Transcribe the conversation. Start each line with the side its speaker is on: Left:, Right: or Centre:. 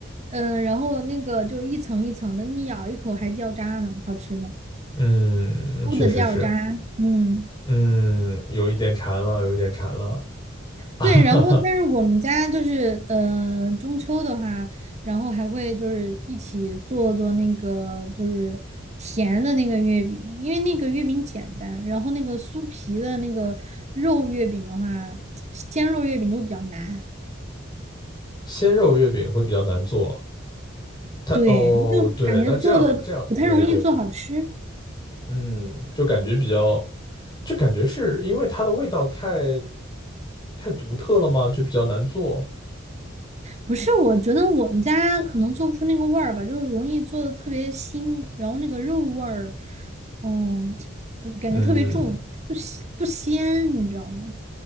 Right: 嗯、然后那个就是一层一层的，你咬一口还掉渣呢，好吃的。
Left: 嗯，
Right: 猪的掉渣，
Left: 确实是，
Right: 嗯，
Left: 嗯，有一点馋了，有一点馋了，<laughs> 哈哈哈，
Right: 对，然后但是我们家就是呃中秋的话，然后还会就是一起做做那个就是甜的那个月饼，因为那个月饼简单，然后那个酥皮的那个肉月饼的话，鲜肉月饼就比较难，
Left: 鲜肉月饼会比较难做他哦，
Right: 对，就感觉做的不太容易做好吃。
Left: 对，那这样这样，对对对，嗯，就感觉比较，就感觉是因为它的味道太太独特了嘛，就比较难做，
Right: 不是，我觉得我们家可能做不出那个味儿吧，就是容易做的特别腥，然后那个肉味儿，嗯，不感觉特别重，
Left: 嗯，
Right: 不鲜不鲜，你知道吗？